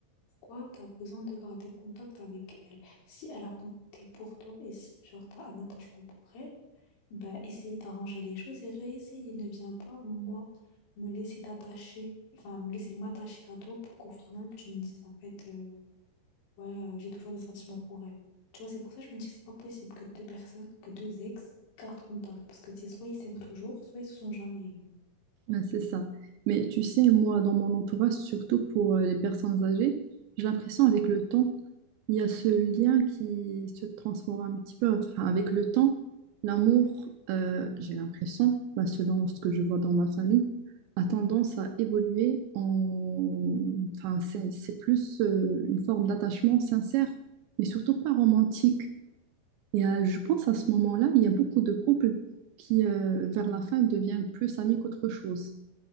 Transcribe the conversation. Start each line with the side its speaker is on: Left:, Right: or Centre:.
Left: Pourquoi tu as besoin de garder contact avec elle? Si elle a compté pour toi et si genre tu as un attachement pour elle. Bah, essayer d'arranger les choses et réessayer. Ne viens pas, moi, me laisser t'attacher, enfin, me laisser m'attacher à toi pour qu'au final, tu me dises, en fait, euh, ouais, euh, j'ai toujours des sentiments pour elle. Tu vois, c'est pour ça que je me dis que c'est pas possible que deux personnes, que deux ex, gardent contact. Parce que, tu sais, soit ils s'aiment toujours, soit ils se sont jamais aimés.
Right: Ouais, c'est ça. Mais tu sais, moi, dans mon entourage, surtout pour euh, les personnes âgées, j'ai l'impression avec le temps, il y a ce lien qui se transforme un petit peu. Enfin, avec le temps, l'amour, euh, j'ai l'impression, bah, selon ce que je vois dans ma famille, a tendance à évoluer en... Enfin, c'est, c'est plus euh, une forme d'attachement sincère, mais surtout pas romantique. Et euh, je pense à ce moment-là, il y a beaucoup de couples qui, euh, vers la fin, deviennent plus amis qu'autre chose.